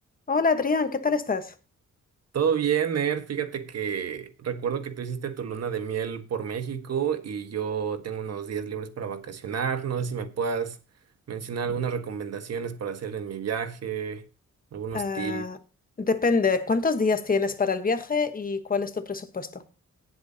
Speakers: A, on the left; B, on the right.
A: Hola Adrián, ¿qué tal estás?
B: Todo bien, Er. Fíjate que recuerdo que tú hiciste tu luna de miel por México y yo tengo unos días libres para vacacionar. No sé si me puedas mencionar algunas recomendaciones para hacer en mi viaje, algunos
A: Ah,
B: tips.
A: depende, ¿cuántos días tienes para el viaje y cuál es tu presupuesto?